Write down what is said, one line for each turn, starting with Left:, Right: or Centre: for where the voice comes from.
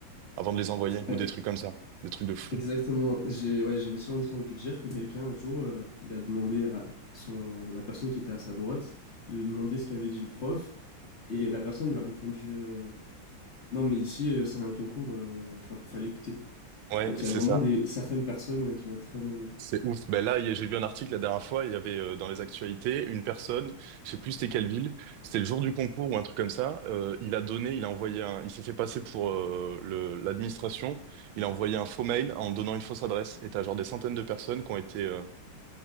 Right: avant de les envoyer ou
Left: Ouais,
Right: des trucs comme ça, des trucs de fou.
Left: exactement. J'ai ouais, j'ai aussi entendu dire que quelqu'un, un jour, euh, il a demandé à son, la personne qui était à sa droite de lui demander ce qu'avait dit le prof. Et la personne lui a répondu euh, Non, mais ici, euh, c'est un concours, euh, enfin, fallait écouter.
Right: Ouais,
Left: Donc il
Right: c'est
Left: y a vraiment
Right: ça.
Left: des, certaines personnes euh, qui vont être très mauvaises.
Right: C'est ouf. Ben là, il y a- j'ai vu un article la dernière fois, il y avait euh, dans les actualités une personne, je sais plus c'était quelle ville, c'était le jour du concours ou un truc comme ça, euh, il a donné, il a envoyé un, il s'est fait passer pour euh, le, l'administration, il a envoyé un faux mail en donnant une fausse adresse et t'as genre des centaines de personnes qui ont été euh,